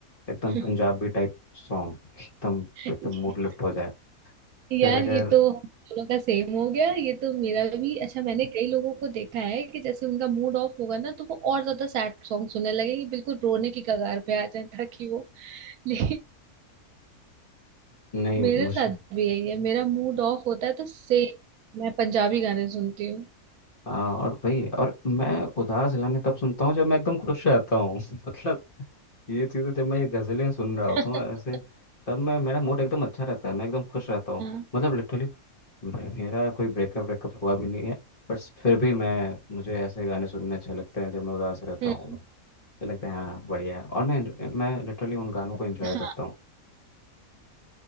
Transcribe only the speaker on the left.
एकदम
पंजाबी टाइप सॉन्ग एकदम
एकदम मूड लिफ्ट हो जाए
फिर अगर
नहीं
मुझे
हाँ और भाई और मैं उदास गाने तब सुनता हूँ जब मैं एकदम खुश रहता हूँ <laughs> मतलब ये चीज़ें जब मैं ये गजलें सुन रहा होता
हूँ ऐसे तब मैं मेरा मूड एकदम अच्छा रहता है मैं एकदम खुश रहता हूँ
मतलब लिटरली मेरा कोई ब्रेकअप ब्रेकअप हुआ भी नहीं है बट फिर भी मैं मुझे ऐसे गाने सुनने अच्छे लगते हैं जब मैं उदास रहता
हूँ ये लगता है हाँ बढ़िया है और मैं मैं लिटरली उन गानों को एंजॉय
करता हूँ